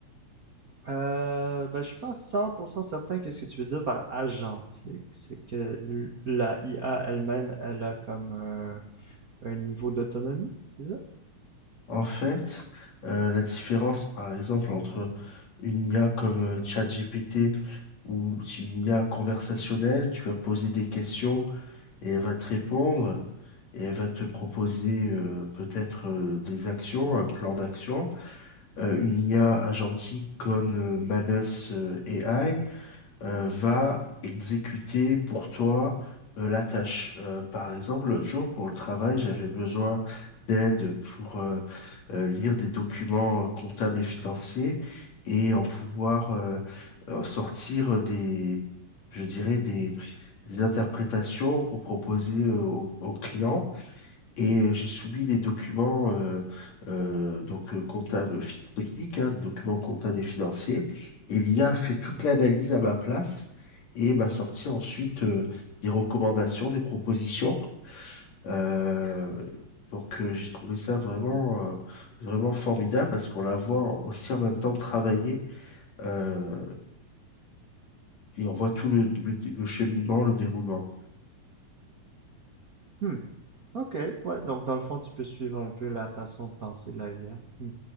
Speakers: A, on the right; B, on the left.
A: Euh, ben, je suis pas 100% certain que ce que tu veux dire par agentique, c'est que l- la IA elle-même, elle a comme un, un niveau d'autonomie, c'est ça?
B: En fait, euh, la différence, par exemple, entre une IA comme euh, ChatGPT ou une IA conversationnelle, tu vas poser des questions et elle va te répondre et elle va te proposer euh, peut-être euh, des actions, un plan d'action. Euh, une IA agentique comme euh, Manus euh, AI, euh, va exécuter pour toi euh, la tâche. Euh, par exemple, l'autre jour, pour le travail, j'avais besoin d'aide pour euh, euh, lire des documents euh, comptables et financiers et en pouvoir euh, euh, sortir des, je dirais, des, des interprétations pour proposer euh, au, au client. Et euh, j'ai soumis les documents euh, euh, donc euh, comptables fi- techniques, hein, les documents comptables et financiers. Et l'IA a a fait toute l'analyse à ma place et m'a sorti ensuite euh, des recommandations, des propositions. Euh, donc euh, j'ai trouvé ça vraiment, euh, vraiment formidable parce qu'on la voit aussi en même temps travailler euh, et on voit tout le, le, le cheminement, le déroulement.
A: Hmm. Ok, ouais, donc dans le fond, tu peux suivre un peu la façon de penser de la IA. Hmm.